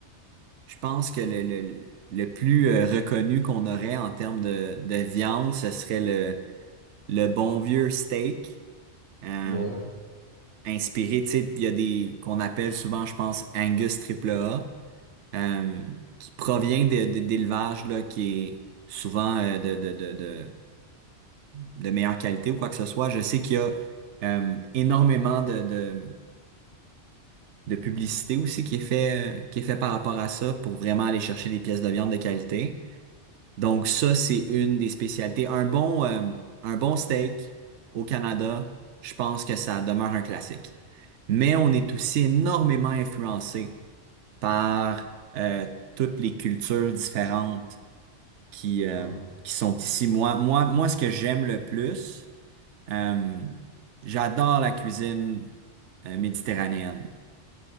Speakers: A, on the right; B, on the left.
A: je pense que le, le, le plus euh, reconnu qu'on aurait en termes de, de viande, ce serait le, le bon vieux steak, euh,
B: Ouais.
A: inspiré, tu sais, il y a des, qu'on appelle souvent, je pense, Angus triple A, euh, qui provient de, de- d'élevage, là, qui est souvent euh, de, de, de, de de meilleure qualité ou quoi que ce soit. Je sais qu'il y a euh, énormément de, de, de publicité aussi qui est fait, euh, qui est fait par rapport à ça pour vraiment aller chercher des pièces de viande de qualité. Donc ça, c'est une des spécialités. Un bon, euh, un bon steak au Canada, je pense que ça demeure un classique. Mais on est aussi énormément influencé par euh, toutes les cultures différentes qui, euh,
B: Ah, bah.
A: qui sont ici. Moi, moi, moi, ce que j'aime le plus, Euh, j'adore la cuisine euh, méditerranéenne.